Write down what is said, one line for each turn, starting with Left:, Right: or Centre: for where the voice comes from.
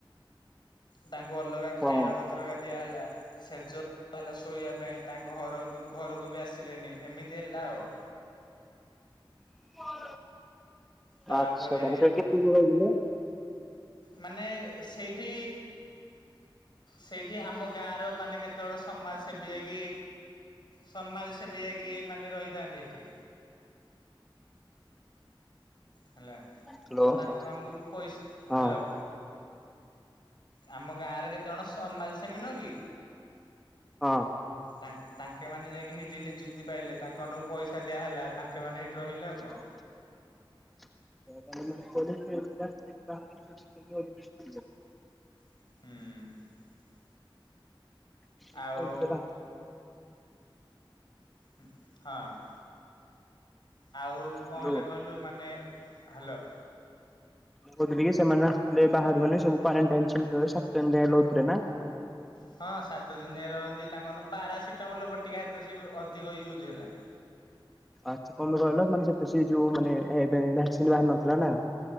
Centre: <inaudible>
Left: ତାଙ୍କୁ ଅଲଗା ଖାଇବା
Centre: ହଁ
Left: ପତ୍ରକା ଦିଆ ହେଲା ସେଜ ହେଲା ଶୋଇବା ପାଇଁ ତାଙ୍କ ଘର ବି ଘରକୁ ବି ଆସିଲେନି ଏମିତି ହେଲା ଆଉ।
Centre: <inaudible>
Left: ତାପରେ
Centre: ଆଚ୍ଛା ତାହାଲେ ସେ କେତେ ଦି ରହିଥିଲେ?
Left: ମାନେ ଏ ସେଇଠି ସେଇଠି ଆମ ଗାଁର ମାନେ କେତେ ଜଣ ସମାଜସେବୀ ଯାଇକି ସମାଜ ସେବି ଯାଇକି ମାନେ ରହିଥାନ୍ତି ହେଠି। ହେଲା
Centre: ହ୍ୟାଲୋ
Left: ତ
Centre: ହଁ
Left: ତାଙ୍କ ଆନଙ୍କୁ ବି ପଇସ୍
Centre: ହୁଁ
Left: ହାଲୋ। ଆମ ଗାଁରେ କେତେ ଅଣ ସମାଜ ସେମି ନୁହଁ କି?
Centre: ହଁ।
Left: ତାଙ୍କେ ତାଙ୍କେ ମାନେ ଯାଇକି ହେଠି ନିଯୁକ୍ତି ପାଇଲେ ତାଙ୍କ ନୋ ପଇସା ଦିଆ ହେଲା ତାଙ୍କେ ମାନେ ରହିଲେ ଆଉ
Centre: ତ
Left: କଣ।
Centre: ତାଙ୍କେମାନେ <unintelligible> <unintelligible> ସ୍କୁଲରେ।
Left: ହୁଁ।
Centre: କୋହୁଥୁଲେ
Left: ଆଉ
Centre: ବାହା
Left: ହୁଁ ହଁ। ଆଉ
Centre: ହ୍ୟାଲୋ।
Left: କଁ ହେଲା କହିଲୁ ମାନେ ହାଲୋ।
Centre: ମୁଁ କୋହୁଥୁଲି କି ସେମାନେ ଆସୁଥୁଲେ ବାହାରୁ ମାନେ ସବୁ କ୍ୱାରେଣ୍ଟାଇନ୍ ସେଣ୍ଟର୍ ରେ ସାତ ଦିନ ଯାଏଁ ରହୁଥୁଲେ ନାଁ?
Left: ହଁ ସାତ ଦିନ ଯାଏଁ ରହନ୍ତି ତାଙ୍କଆନୁ ପାରାସିଟାମଲ୍ ବଟିକା ହେତ ସିଏ ବି ଅଧିକ ୟୁଜ୍ ହେଲା।
Centre: ଆଚ୍ଛା କମାଇଁ କହିଲ ମାନେ ସେତ ସିଏ ଯୋଉ ମାନେ ଏଡ଼୍ ଭାକ୍ସିନ୍ ବାହାର ନଥିଲା ନାଁ।